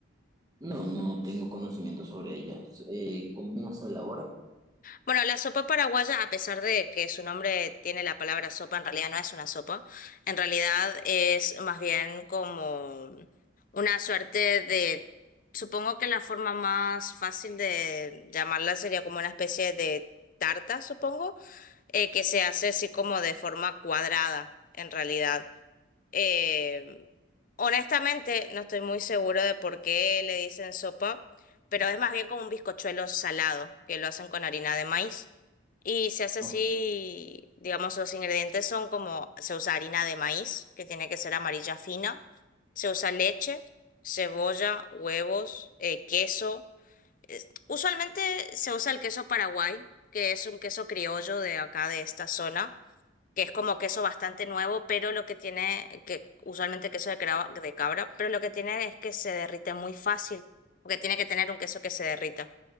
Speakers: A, on the right; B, on the left.
A: No, no tengo conocimiento sobre ella. Eh, ¿cómo se elabora?
B: Bueno, la sopa paraguaya, a pesar de que su nombre tiene la palabra sopa, en realidad no es una sopa, en realidad es más bien como una suerte de... Supongo que la forma más fácil de llamarla sería como una especie de tarta, supongo eh, que se hace así como de forma cuadrada, en realidad. Eh, honestamente, no estoy muy seguro de por qué le dicen sopa, pero es más bien como un bizcochuelo salado, que lo hacen con harina de maíz. Y se hace
A: No.
B: así, digamos, los ingredientes son como, se usa harina de maíz, que tiene que ser amarilla fina, se usa leche, cebolla, huevos, eh, queso es- Usualmente se usa el queso Paraguay, que es un queso criollo de acá, de esta zona, que es como queso bastante nuevo, pero lo que tiene, que usualmente queso de craba- de cabra, pero lo que tiene es que se derrite muy fácil, porque tiene que tener un queso que se derrita.